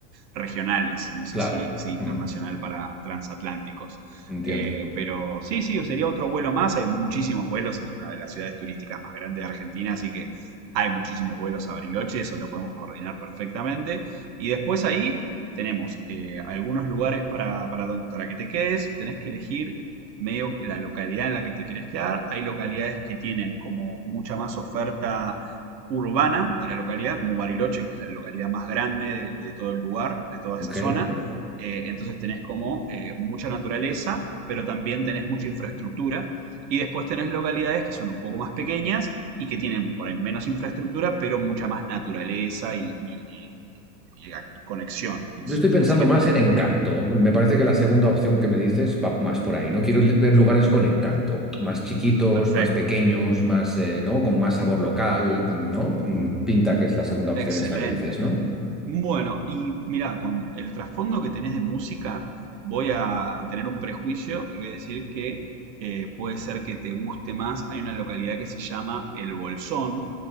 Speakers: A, on the right; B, in the centre.
A: regionales. No sé
B: claro.
A: si, si internacional
B: Mm,
A: para transatlánticos.
B: entiendo.
A: Eh, pero sí, sí, sería otro vuelo más. Hay muchísimos vuelos. Es una de las ciudades turísticas más grandes de Argentina, así que hay muchísimos vuelos a Bariloche. Eso lo podemos coordinar perfectamente. Y después ahí tenemos eh, algunos lugares para, para, don- para que te quedes, tenés que elegir medio la localidad en la que te querés quedar. Hay localidades que tienen como mucha más oferta urbana de la localidad, como Bariloche, que es la localidad más grande de, de todo el lugar, de toda
B: Ok.
A: esa zona. Eh, entonces tenés como eh, mucha naturaleza, pero también tenés mucha infraestructura. Y después tenés localidades que son un poco más pequeñas y que tienen por ahí menos infraestructura, pero mucha más naturaleza y, y- y- y- y conexión en ese
B: Yo estoy
A: sentido.
B: pensando
A: Así que
B: más
A: tendrías
B: en
A: que
B: encanto.
A: primero,
B: Me parece que la segunda opción que me dices va más por ahí, ¿no? Quiero li- ver lugares con encanto, más chiquitos,
A: perfecto,
B: más pequeños, más, eh, ¿no? Con más sabor local, ¿no? Mm, Pinta que es la segunda opción
A: excelente,
B: esta que dices, ¿no?
A: Bueno, y mirá, con el trasfondo que tenés de música, voy a tener un prejuicio y voy a decir que eh, puede ser que te guste más. Hay una localidad que se llama El Bolsón.